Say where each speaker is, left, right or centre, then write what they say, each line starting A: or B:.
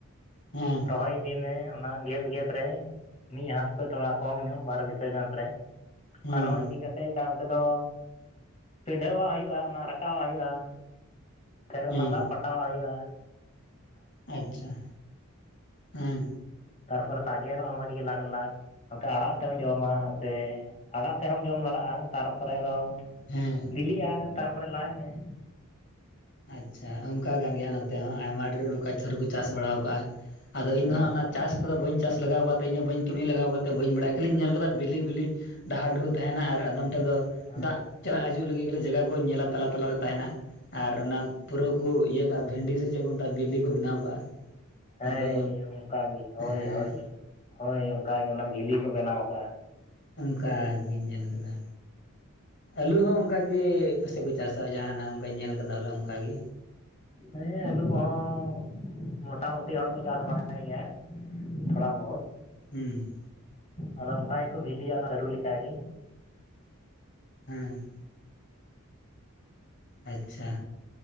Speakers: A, on the left; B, on the left.
A: ᱦᱮᱸ
B: ᱨᱚᱦᱚᱭ ᱤᱫᱤᱭ ᱢᱮ ᱚᱱᱟ ᱜᱮᱯ ᱜᱮᱯ ᱨᱮ᱾ ᱢᱤᱜ ᱦᱟᱛ ᱠᱷᱚᱡ ᱛᱷᱚᱲᱟ ᱠᱚᱢ ᱧᱚᱜ ᱵᱟᱨ ᱵᱤᱛᱟᱹ ᱜᱟᱱ ᱨᱮ᱾
A: ᱦᱮᱸ
B: ᱠᱟ ᱨᱚᱦᱚᱭ ᱤᱫᱤ ᱠᱟᱛᱮᱜ ᱛᱟᱭᱚᱢ ᱛᱮᱫᱚ ᱯᱤᱸᱰᱷᱟᱹᱣᱟᱜ ᱦᱩᱭᱩᱜᱼᱟ ᱚᱱᱟ ᱨᱟᱠᱟᱵᱟᱜ ᱦᱚᱭᱚᱜᱼᱟ᱾ ᱯᱷᱮᱨ
A: ᱦᱮᱸ
B: ᱚᱱᱟ ᱫᱟᱜ ᱯᱟᱴᱟᱣᱟᱜ ᱦᱚᱭᱚᱜᱼᱟ᱾
A: ᱟᱪᱪᱷᱟ ᱦᱩᱸ
B: ᱛᱟᱨᱯᱚᱨ ᱥᱟᱜᱮᱱᱚᱜᱼᱟ ᱢᱟᱡ ᱜᱮ ᱞᱟᱠᱷ ᱞᱟᱠᱷ᱾ ᱱᱚᱛᱮ ᱟᱲᱟᱜ ᱛᱮᱢ ᱡᱚᱢᱟ ᱥᱮ ᱟᱲᱟᱜ ᱛᱮᱦᱚᱸᱢ ᱡᱚᱢ ᱫᱟᱲᱟᱜᱼᱟ ᱛᱟᱨᱯᱚᱨᱮ ᱫᱚ
A: ᱦᱮᱸ
B: ᱵᱤᱞᱤᱜᱼᱟ ᱛᱟᱨᱯᱚᱨᱮ ᱞᱟᱭ ᱢᱮ᱾
A: ᱟᱪᱪᱷᱟ ᱚᱝᱠᱟ ᱠᱟᱱ ᱜᱮᱭᱟ ᱱᱚᱛᱮ ᱦᱚᱸ ᱟᱭᱢᱟ ᱰᱷᱮᱨ ᱚᱝᱠᱟ ᱥᱟᱹᱨᱩ ᱠᱚ ᱪᱟᱥ ᱵᱟᱲᱟᱣ ᱠᱟᱜᱼᱟ᱾ ᱟᱫᱚ ᱤᱧᱫᱚ
B: ᱦᱮᱸ
A: ᱦᱟᱸᱜ ᱚᱱᱟ ᱪᱟᱥ ᱠᱚᱫᱚ ᱵᱟᱹᱧ ᱪᱟᱥ ᱞᱟᱜᱟᱣ ᱠᱟᱜ ᱛᱮ ᱤᱧ ᱦᱚᱸ ᱵᱟᱹᱧ ᱠᱟᱹᱢᱤ ᱞᱟᱜᱟᱣ ᱠᱟᱜ ᱛᱮ ᱵᱟᱹᱧ ᱵᱟᱲᱟᱭᱟ ᱠᱷᱟᱹᱞᱤᱧ ᱧᱮᱞ ᱠᱟᱫᱟ ᱵᱤᱞᱤ ᱵᱤᱞᱤ ᱰᱟᱦᱟ ᱰᱩᱦᱩ ᱛᱟᱦᱮᱱᱟ ᱟᱨ ᱟᱫᱚᱢ ᱴᱷᱮᱜ ᱫᱚ
B: ᱦᱮᱸ
A: ᱫᱟᱜ ᱪᱟᱞᱟᱜ ᱦᱤᱡᱩᱜ ᱞᱟᱹᱜᱤᱜ ᱠᱷᱟᱹᱞᱤ ᱡᱟᱜᱟ ᱠᱚᱧ ᱧᱮᱞᱟ ᱛᱟᱞᱟ ᱛᱟᱞᱟᱨᱮ ᱛᱟᱦᱮᱱᱟ᱾ ᱟᱨ ᱚᱱᱟ ᱯᱩᱨᱟᱹ ᱠᱩ ᱤᱭᱟᱹ ᱠᱟᱜᱼᱟ ᱵᱷᱤᱱᱰᱤ ᱥᱮ ᱪᱮᱜ ᱠᱚ ᱢᱮᱛᱟᱜᱼᱟ ᱵᱤᱞᱤ ᱠᱚ ᱵᱮᱱᱟᱣ ᱠᱟᱜᱼᱟ᱾
B: ᱦᱮᱭ
A: ᱟᱫᱚ
B: ᱚᱝᱠᱟᱜᱮ ᱦᱳᱭ
A: ᱦᱮᱸ
B: ᱦᱳᱭ ᱦᱳᱭ ᱚᱝᱠᱟᱜᱮ ᱚᱱᱟ ᱵᱷᱤᱞᱤ ᱠᱚ ᱵᱮᱱᱟᱣ ᱠᱟᱜᱼᱟ᱾
A: ᱚᱝᱠᱟᱜᱤᱧ ᱧᱮᱞ ᱠᱟᱫᱟ᱾ ᱟᱹᱞᱩ ᱦᱚᱸ ᱚᱝᱠᱟᱜᱮ ᱯᱟᱥᱮᱡ ᱠᱚ ᱪᱟᱥᱟ ᱡᱟᱦᱟᱱᱟᱜ ᱚᱝᱠᱟᱧ ᱧᱮᱞ ᱠᱟᱫᱟ ᱵᱚᱞᱮ ᱚᱝᱠᱟᱜᱮ᱾
B: ᱦᱮᱸ ᱟᱹᱞᱩ ᱠᱚᱦᱚᱸ ᱢᱚᱴ ᱢᱚᱴᱟᱢᱩᱴᱤ ᱦᱚᱲ ᱠᱚ ᱪᱟᱥ ᱵᱟᱲᱟᱭ ᱜᱮᱭᱟ ᱛᱷᱚᱲᱟ ᱵᱚᱦᱩᱛ
A: ᱦᱩᱸ
B: ᱟᱫᱚ ᱚᱝᱠᱟ ᱜᱮᱠᱚ ᱵᱷᱤᱞᱤᱭᱟ ᱚᱱᱟ ᱥᱟᱹᱨᱩ ᱞᱮᱠᱟᱜᱮ᱾
A: ᱦᱮᱸ ᱟᱪᱪᱷᱟ